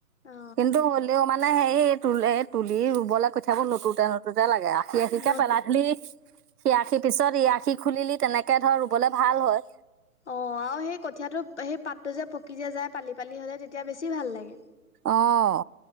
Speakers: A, on the left (about 50°); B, on the right (about 80°).
A: অ
B: কিন্তু হ'লেও মানে মানে সেৰি তু-তুলি ৰুবলৈ কঠিয়াবোৰ নুতুতে নুতুতে লাগে আৰু। এৰাশীকে
A: নত
B: পেলা থলি, এআশীৰ পিছত ইআশী খুলিলি তেনেকে ধৰ ৰুবলৈ ভাল হয়।
A: অঁ আৰু সেই কঠীয়াটো সেই পাতটো যে পকি যে যায় পালি পালি হে যায় তেতিয়া বেছি ভাল লাগে।
B: অঁ